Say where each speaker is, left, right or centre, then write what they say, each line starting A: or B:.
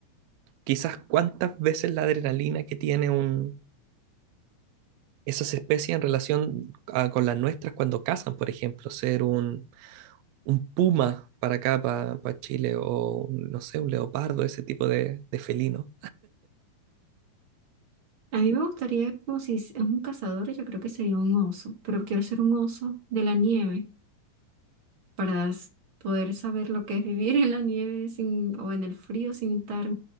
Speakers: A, on the right; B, on the right.
A: quizás cuántas veces la adrenalina que tiene un esas especies en relación a- con las nuestras cuando cazan, por ejemplo, ser un, un puma para acá, para Chile, o un, no sé, un leopardo, ese tipo de, de felino.
B: A mí me gustaría, como si es es un cazador, yo creo que sería un oso, pero quiero ser un oso de la nieve para s- poder saber lo que es vivir en la nieve sin, o en el frío sin estar